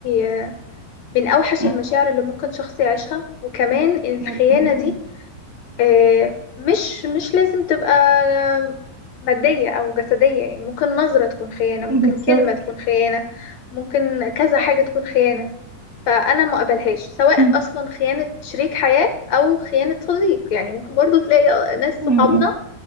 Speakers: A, on the left (about 60°); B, on the right (about 30°).
A: آه، من اوحش
B: مم.
A: المشاعر اللي ممكن شخص يعيشها وكمان
B: بجد
A: الخيانه
B: جدا
A: دي آه، مش مش لازم تبقى آه، ماديه او جسديه يعني ممكن نظره تكون خيانه ممكن
B: بالظبط
A: كلمه تكون خيانه ممكن كذا
B: صح.
A: حاجه تكون خيانه فانا ما اقبلهاش سواء
B: مم.
A: اصلا خيانه شريك حياه او خيانه صديق يعني ممكن برضو تلاقي آه، ناس
B: مم.
A: صحابنا